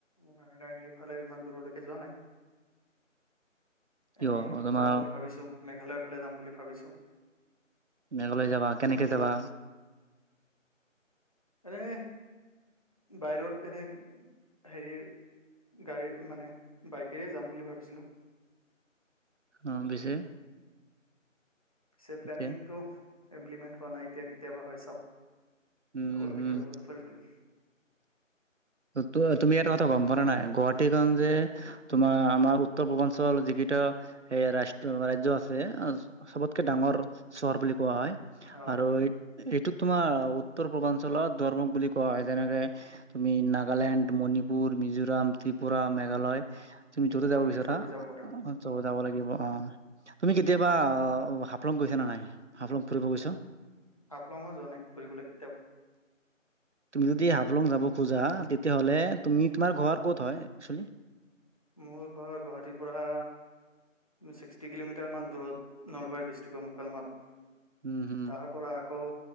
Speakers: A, on the left; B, on the right.
A: নাই নাই সেইফালে ইমান দূৰলৈকে যোৱা নাই।
B: কিয়
A: এনেই
B: তোমাৰ
A: যাম বুলি ভাবিছো মেঘালয়ৰ ফালে যাম বুলি ভাবিছো।
B: মেঘালয় যাবা কেনেকে
A: দূৰ
B: যাবা?
A: এনে বাহিৰত এনে হেয়ি গাড়ী মানে বাইকেৰে যাম বুলি ভাবিছিলো।
B: অ পিছে
A: পিছে প্লেনিংটো
B: এতিয়া
A: ইমপ্লিমেন্ট হোৱা নাই এতিয়া কেতিয়াবা হয় চাও
B: উম
A: লগৰ
B: হম
A: কেইটাৰ লগত ফুৰিবই।
B: ত তুমি এটা কথা গম পোৱা নে নাই গুৱাহাটীখন যে তোমাৰ আমাৰ উত্তৰ পূৰ্বাঞ্চল যিকেইটা এ ৰাষ্ট্ৰ ৰাজ্য আছে চবতকে ডাঙৰ চহৰ বুলি কোৱা হয়
A: অ
B: আৰু এই এইটোত তোমাৰ উত্তৰ পূৰ্বাঞ্চলত দোৱাৰমুখ বুলি কোৱা হয় যেনেকে আমি নাগালেণ্ড, মণিপুৰ, মিজোৰাম ত্ৰিপুৰা, মেঘালয় তুমি য'তে
A: গুৱাহাটীৰ
B: যাব বিচৰা,
A: থ্ৰুদি যাব
B: অ,
A: পাৰিম উম,
B: ত' যাব লাগিব অ। তুমি কেতিয়াবা আ হাফলং গৈছা নে নাই, হাফলং ফুৰিব গৈছ?
A: হাফলং যোৱা নাই, ফুৰিবলৈ কেতিয়াওঁ।
B: তুমি যদি হাফলং যাব খোজা তেতিয়াহ'লে তুমি, তোমাৰ ঘৰ ক'ত হয় একচলি?
A: মোৰ ঘৰ গুৱাহাটীৰ পৰা ছিক্সটি কিলোমিটাৰ মান দূৰত, নলবাৰী ডিষ্ট্ৰিকৰ মোকলমোৱাত।
B: উম হুম।
A: তাৰ পৰা আকৌ